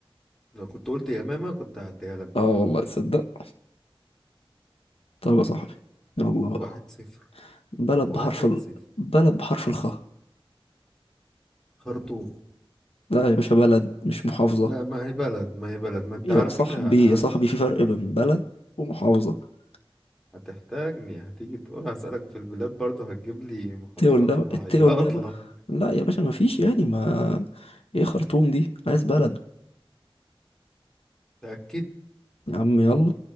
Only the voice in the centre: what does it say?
لو كنت قلت يمامه كنت هعديها لك برضه
واحد صفر
واحد
صفر
خرطوم
لا ما هي بلد ما هي بلد ما انت
على
فكره ه-
ه-
هتحتاجني هتيجي تقول هسألك في البلاد برضه هتجيب لي محافظات
هعيط
لك
تأكد